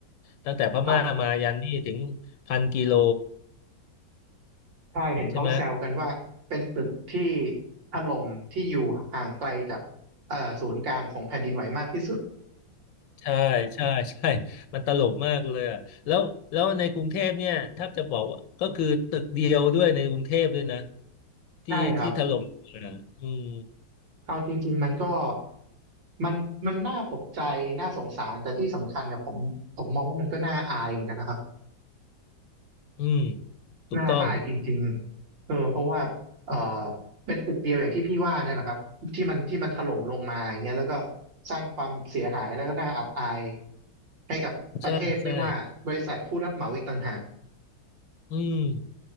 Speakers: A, on the left (about 80°); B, on the right (about 70°).
A: ตั้งแต่พม่ามายันนี่ถึงพันกิโล
B: ครับใช่เห็นเขาแซวกันว่าเป็นตึกที่
A: ใช่ไหม
B: ถล่มที่อยู่ห่างไกลจากเอ่อศูนย์กลางของแผ่นดินไหวมากที่สุด
A: ใช่ใช่ใช่มันตลกมากเลยอะแล้วแล้วในกรุงเทพเนี่ยถ้าจะบอกว่าก็คือตึกเดียวด้วยในกรุงเทพด้วยนะที่ที่ถล่มอะอืม
B: ใช่ครับ เอาจริงๆมันก็มันมันน่าตกใจน่าสงสารแต่ที่สำคัญเนี่ยผมผมมองว่ามันก็น่าอายเหมือนกันนะครับ
A: อืมถูกต้อง
B: น่าอายจริงๆเออเพราะว่าเออเป็นตึกเดียวอย่างที่พี่ว่าเนี่ยนะครับที่มันที่มันถล่มลงมาอย่างเงี้ยแล้วก็สร้างความเสียหายแล้วก็น่าอับอายให้กับประเทศไม่ว่าบริษัทผู้รับเหมาอีกต่างหาก
A: ใช่ใช่อืม